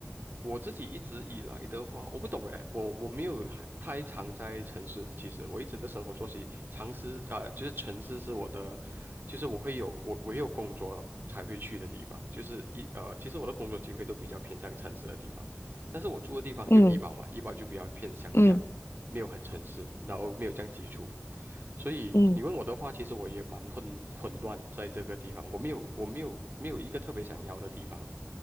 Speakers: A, on the right; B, on the left.
A: 我自己一直以来的话，我不懂哎，我我没有太太常在城市，其实我一直的生活作息，常是啊、呃就是城市是我的，就是我会有我我有工作才会去的地方，就是一呃，其实我的工作机会都比较偏向城市的地方，但是我住的地方就怡保嘛，
B: 嗯
A: 怡保就比较偏乡下。
B: 嗯
A: 没有很诚实，然后没有这样基础，所以你问我的话，
B: 嗯
A: 其实我也蛮混混乱在这个地方，我没有我没有没有一个特别想要的地方，